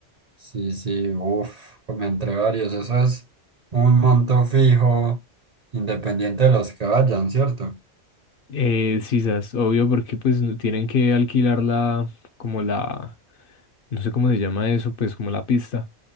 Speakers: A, on the right; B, on the left.
A: Sí, sí, uff, como entre varios. Eso es un monto fijo, independiente de los que vayan, ¿cierto?
B: Eh, sisas, obvio, porque pues no- tienen que alquilar la, como la, no sé cómo se llama eso, pues como la pista.